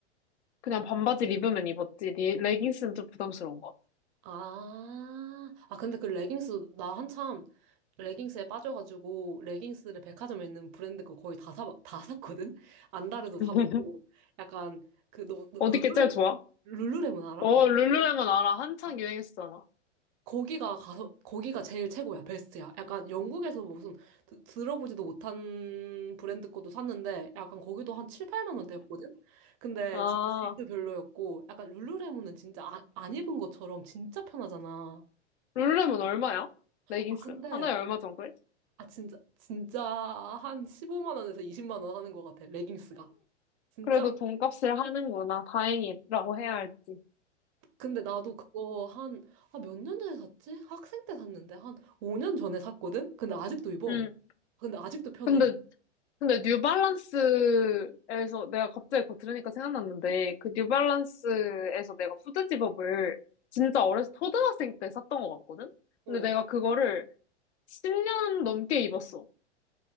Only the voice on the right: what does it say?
아, 아, 근데 그 레깅스, 나 한참 레깅스에 빠져가지고, 레깅스를 백화점에 있는 브랜드 거 거의 다 사, 다 샀거든? 안다르도 사보고,
약간, 그, 너, 너
룰루레몬
룰루레몬 알아?
룰루레몬?
아,
거기가 가서 거기가 제일 최고야, 베스트야. 약간 영국에서 무슨 드- 들어보지도 못한 브랜드 것도 샀는데 약간 거기도 한 7, 8만 원대였거든. 근데
진짜 질도 별로였고 약간 룰루레몬은 진짜 아, 안 입은 것처럼 진짜 편하잖아.
아, 근데
아 진짜 진짜 한 15만 원에서 20만 원 하는 것 같아. 레깅스가. 진짜
근데 나도 그거 한, 아, 몇 년 전에 샀지? 학생 때 샀는데 한 5년 전에 샀거든? 근데 아직도 입어.
근데 아직도 편해.
어.